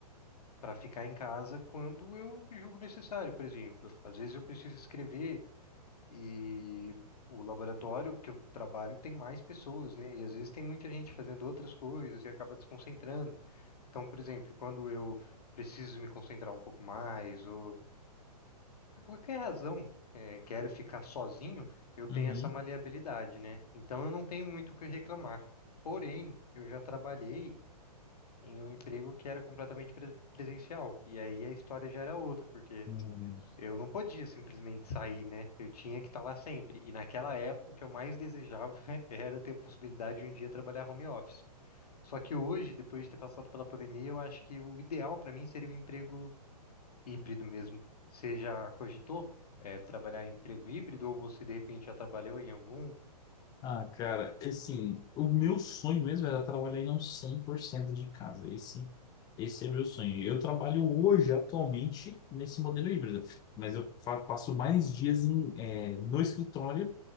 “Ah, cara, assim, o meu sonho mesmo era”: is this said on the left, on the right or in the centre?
Left